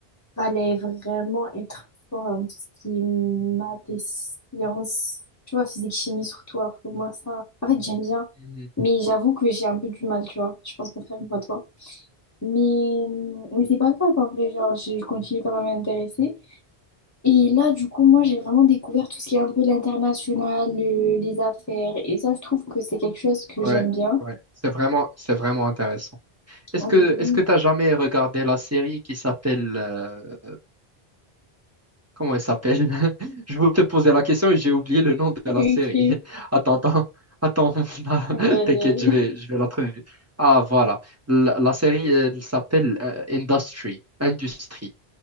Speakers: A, on the left; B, on the right.
A: fallait vraiment être fort en tout ce qui est maths et sciences, tu vois, physique, chimie surtout, alors que moi, ça, en fait, j'aime bien.
B: Mhm.
A: Mais j'avoue que j'ai un peu du mal, tu vois. Je pense contrairement à toi. Mais, mais c'est pas grave, en vrai, genre, je je continue quand même à m'intéresser. Et là, du coup, moi, j'ai vraiment découvert tout ce qui est un peu l'international, le- les affaires. Et ça, je trouve que c'est quelque chose que
B: Ouais,
A: j'aime bien.
B: ouais. C'est vraiment, c'est vraiment intéressant. Est-ce
A: Oui,
B: que, est-ce que t'as jamais regardé la série qui s'appelle euh, Comment elle s'appelle? <laughs> Je voulais te poser la question et j'ai oublié le nom de
A: ok.
B: la série. <laughs> Attends, attends, attends, <laughs> non,
A: Euh,
B: t'inquiète, je vais, je vais la trouver. Ah, voilà. La, la série, elle s'appelle euh, Industry, Industrie.